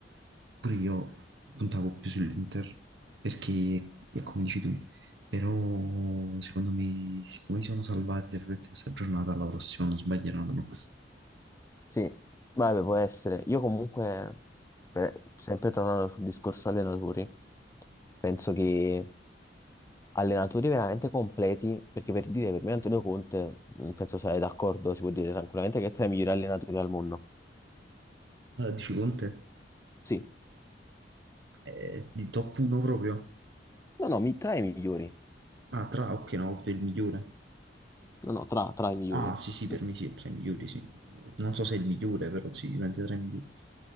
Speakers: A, on the right; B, on the left.
A: pure io puntavo più sull'Inter, perché è come dici tu, però secondo me, siccome si sono salvati tra virgolette, questa giornata, alla prossima non sbaglieranno.
B: sì, vabbè, può essere. Io comunque, per- sempre tornando sul discorso allenatori, penso che allenatori veramente completi, perché per dire, per me Antonio Conte, mh, penso sarai d'accordo, si può dire tranquillamente che è tra i migliori allenatori al mondo.
A: Allora, dici Conte,
B: Sì,
A: eh, di top 1 proprio?
B: no, no, mi- tra i migliori,
A: Ah, tra, ok, no, Conte è il migliore.
B: no, no, tra, tra i migliori.
A: Ah, sì, sì, per
B: Mm.
A: me sì, è tra i migliori, sì. Non so se è il migliore, però sì, sicuramente tra i migliori.